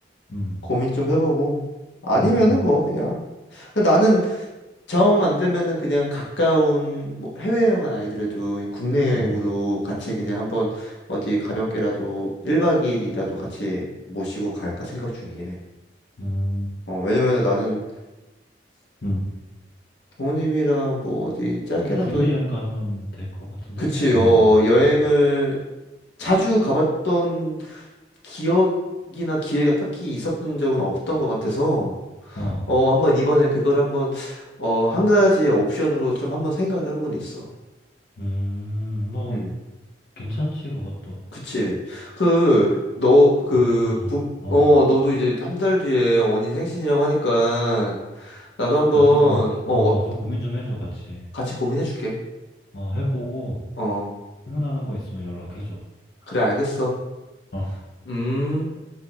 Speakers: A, on the left; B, on the left.
A: 음,
B: 고민 좀 해보고. 아니면은
A: 음, 음.
B: 뭐, 그냥. 근데 나는 정 안 되면은 그냥 가까운, 뭐 해외 여행은 아니더라도 국내 여행으로
A: 어,
B: 같이 그냥 한번 어디 가볍게라도 1박 2일이라도 같이 모시고 갈까 생각 중이래.
A: 음,
B: 어, 왜냐면은 나는
A: 음.
B: 부모님이랑 뭐 어디 짧게라도,
A: 어, 국내 여행 가면 될 것 같은데?
B: 그치,
A: 국내
B: 어,
A: 여행?
B: 여행을
A: 어,
B: 자주 가봤던 기억이나 기회가 딱히 있었던 적은 없던 것 같아서
A: 어,
B: 어 한번 이번에 그걸 한번 어 한 가지의 옵션으로 좀 한번 생각을 해보곤 있어.
A: 음, 뭐,
B: 음,
A: 괜찮지, 그것도.
B: 그치. 그 너 그
A: 아, 나,
B: 부,
A: 어.
B: 어 너도 이제 한 달 뒤에 언니 생신이라고 하니까 나도 한번
A: 그니까 좀, 어,
B: 어 어,
A: 어, 좀 고민 좀 해줘, 같이.
B: 같이 고민해 줄게.
A: 어, 해보고,
B: 어
A: 생각나는 거 있으면 연락해줘.
B: 그래 알겠어.
A: 어.
B: 음.